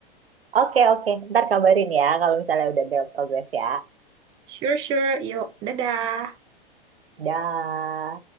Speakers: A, on the right; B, on the right.
A: Oke, oke, Ntar kabarin ya kalau misalnya udah ada progres ya.
B: Sure, sure. Yuk, dadah.
A: Dah.